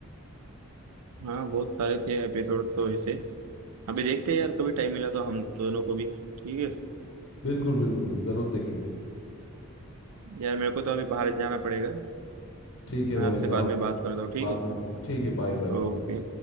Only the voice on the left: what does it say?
बिल्कुल बिल्कुल जरूर देखेंगे
ठीक है
भाई
जाओ
बाद
में ठीक है Bye bye
bye